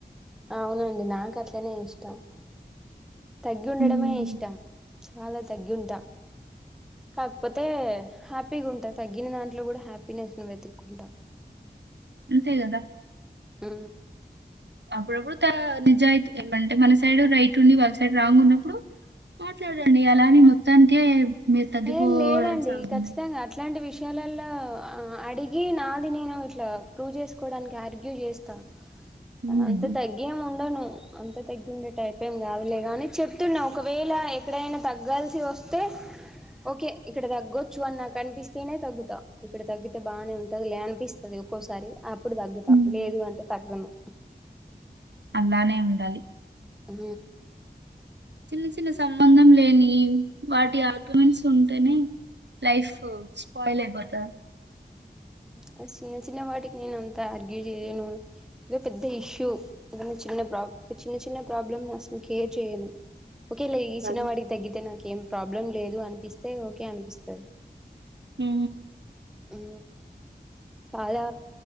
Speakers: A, in the centre; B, on the right.
A: అవునండి నాకు అట్లనే ఇష్టం తగ్గి ఉండడమే
B: హ్మ్.
A: ఇష్టం చాలా తగ్గింటా కాకపోతే హ్యాపీగా ఉంటా తగ్గిన దాంట్లో కూడా హ్యాపీనెస్ ను వెతుక్కుంటా
B: అంతే గాదా
A: ఊ
B: అప్పుడప్పుడు త నిజాయితీ అంటే మన సైడ్ రైట్ ఉండి వాళ్ళ సైడ్ రాంగ్ ఉన్నప్పుడు మాట్లాడండి అలాని మొత్తానికే మీరు తగ్గిపోవడం
A: ఏ లేదండి
B: సాగుతుంది.
A: ఖచ్చితంగా అట్లాంటి విష్ షాలలో అడిగి నాది నేను ఇట్లా ప్రూవ్ చేసుకోవడానికి ఆర్గ్యూ చేస్తాను
B: ఉండదండి.
A: అంత తగ్గేం ఉండను అంత తగ్గిండే టైపు ఏం కాదులే గాని చెప్తున్నా ఒకవేళ ఎక్కడైనా తగ్గాల్సి వస్తే ఓకే ఇక్కడ తగ్గొచ్చు అని నాకు అనిపిస్తేనే తగ్గుతా ఇక్కడ తగ్గితే బాగానే ఉంటది లే అనిపిస్త అది ఒక్కోసారి అప్పుడు తగ్గుతా
B: హ్మ్.
A: లేదు అంటే తగ్గను
B: అలానే ఉండాలి
A: ఊ
B: చిన్న చిన్న సంబంధం లేని వాటి ఆర్గ్యుమెంట్స్ ఉంటేనే లైఫ్ స్పయిల్ అయిపోత
A: హ చిన్న చిన్న వాటికి నేను అంత ఆర్గ్యూ చేయను ఏదో పెద్ద ఇష్యూ ఏదన్న చిన్న ప్రాబ్ చిన్న చిన్న ప్రాబ్లమ్ అసను కేర్ చేయను ఓకేలే ఈ చిన్న
B: అది.
A: వాటికి తగ్గితే నాకు ఏం ప్రాబ్లం లేదు అనిపిస్తే ఓకే అనిపిస్తుంది
B: ఊ
A: ఊ చాలా